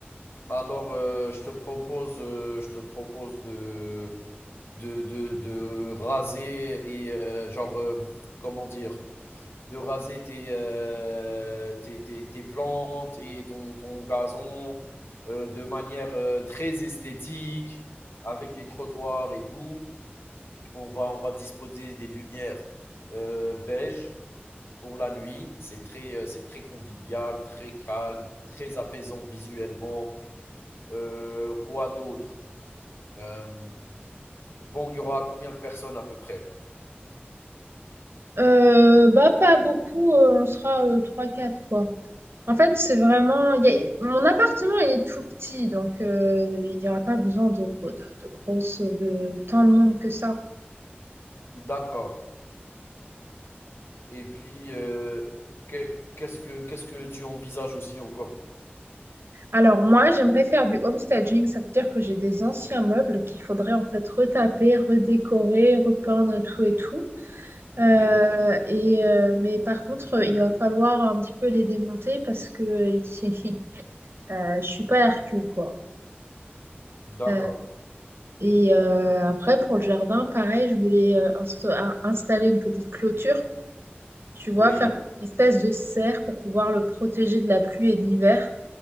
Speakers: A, on the left; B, on the right.
A: Alors, euh, je te propose, euh, je te propose de, de, de, de raser et euh, genre, euh, comment dire, de raser tes, euh, tes, tes, tes plantes et ton, ton gazon euh, de manière euh, très esthétique, avec les trottoirs et tout. On va, on va disposer des lumières euh, beige pour la nuit. C'est très, euh, c'est très convivial, très calme, très apaisant visuellement. Euh, quoi d'autre Euh, Bon, il y aura combien de personnes à peu près
B: Euh, bah pas beaucoup, euh, on sera euh, 3-4 quoi. En fait, c'est vraiment il y a- mon appartement il est tout petit donc euh, il n'y aura pas besoin de, gros- de, de grosses de tant de monde que ça.
A: D'accord. Et puis, euh, que- qu'est-ce que, qu'est-ce que tu envisages aussi encore
B: Alors moi, j'aimerais faire du homestaging, ça veut dire que j'ai des anciens meubles qu'il faudrait en fait retaper, redécorer, repeindre et tout et tout. Euh,
A: Oui,
B: et euh, mais par contre, il va falloir un petit peu les démonter parce que <laughs> euh, je suis pas Hercule quoi.
A: d'accord.
B: Euh, Et euh, après, pour le jardin, pareil, je voulais euh, insta- un- installer une petite clôture, tu vois,
A: Oui,
B: faire une espèce de serre pour pouvoir le protéger de la pluie et de l'hiver.